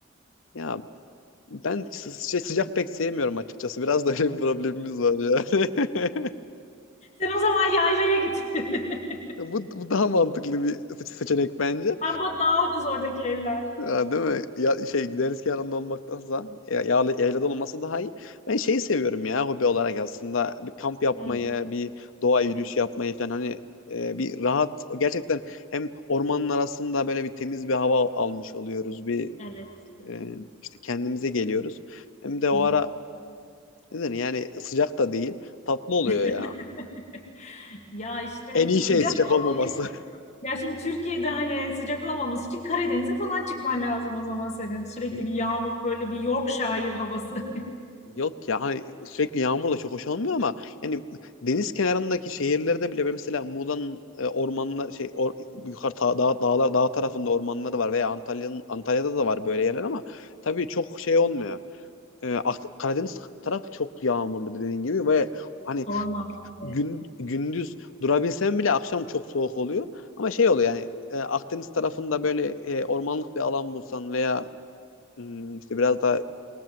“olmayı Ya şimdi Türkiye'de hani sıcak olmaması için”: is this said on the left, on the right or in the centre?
Left